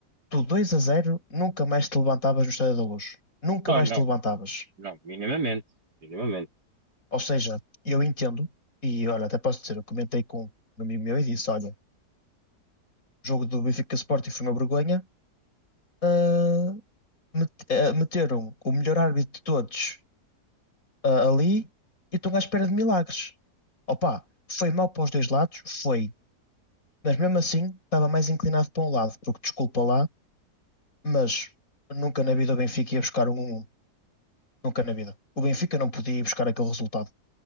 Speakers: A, on the left; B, on the right.
A: tu 2 a zero nunca mais te levantavas no Estádio da Luz. Nunca
B: Oh,
A: mais
B: não,
A: te levantavas.
B: não, minimamente, minimamente.
A: Ou seja, eu entendo, e olha, até posso dizer, eu comentei com um amigo meu e disse: olha, o jogo do Benfica Sporting foi uma vergonha. ah, met- ah, meteram o melhor árbitro de todos, ah, ali e estão à espera de milagres. Opa, foi mal para os dois lados, foi. Mas mesmo assim, estava mais inclinado para um lado, porque desculpa lá, mas nunca na vida o Benfica ia buscar um 1-1. Nunca na vida. O Benfica não podia ir buscar aquele resultado.